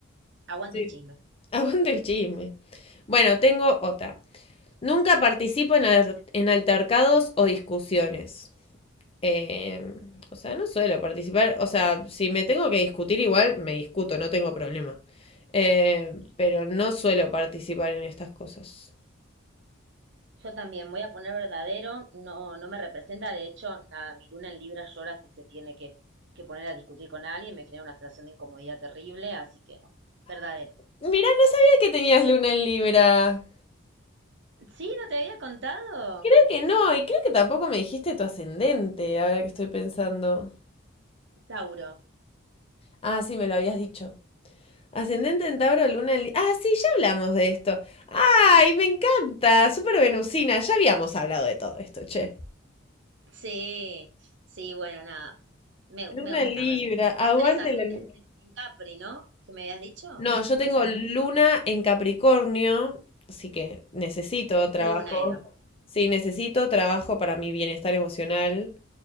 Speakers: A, on the right; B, on the left.
A: aguante
B: sí.
A: el chisme.
B: <laughs> Aguante el chisme. Bueno, tengo otra. Nunca participo en, al- en altercados o discusiones. Eh, o sea, no suelo participar. O sea, si me tengo que discutir igual, me discuto, no tengo problema. Eh, pero no suelo participar en estas cosas.
A: Yo también voy a poner verdadero, no, no me representa, de hecho, nada, mi luna en Libra llora si se tiene que, que poner a discutir con alguien, me genera una sensación de incomodidad terrible, así que no, verdadero.
B: Mirá, no sabía que tenías luna en Libra.
A: Sí, no te había contado.
B: Creo que no, y creo que tampoco me dijiste tu ascendente, ahora que estoy pensando.
A: Tauro.
B: Ah, sí, me lo habías dicho. Ascendente en Tauro, Luna en... Li- Ah, sí, ya hablamos de esto. ¡Ay, me encanta! Súper venusina. Ya habíamos hablado de todo esto, che.
A: Sí, sí, bueno, nada, me,
B: Luna
A: me gusta.
B: en Libra,
A: Me- vos,
B: aguante
A: vos tenés ascendente
B: la luna.
A: en Capri, ¿no? ¿Que me habías dicho?
B: No, yo
A: ¿Puede
B: tengo
A: ser?
B: luna en Capricornio, así que necesito trabajo.
A: Luna era.
B: Sí, necesito trabajo para mi bienestar emocional.